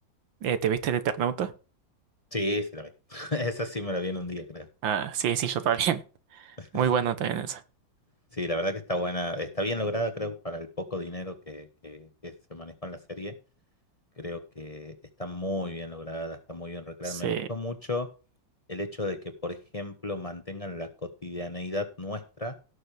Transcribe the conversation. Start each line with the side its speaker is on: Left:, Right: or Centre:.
Right: eh, ¿te viste el Eternauta?
Left: Sí, sí la vi. <laughs> Esa sí me la vi en un día, creo.
Right: Ah, sí, sí, yo también. <laughs>
Left: <laughs>
Right: Muy
Left: Sí,
Right: bueno
Left: sí,
Right: también
Left: sí.
Right: esa.
Left: Sí, la verdad que está buena, está bien lograda, creo, para el poco dinero que, que- que se manejó en la serie. Creo que está muy bien lograda, está muy bien recreada.
Right: Sí.
Left: Me gustó mucho el hecho de que, por ejemplo, mantengan la cotidianeidad nuestra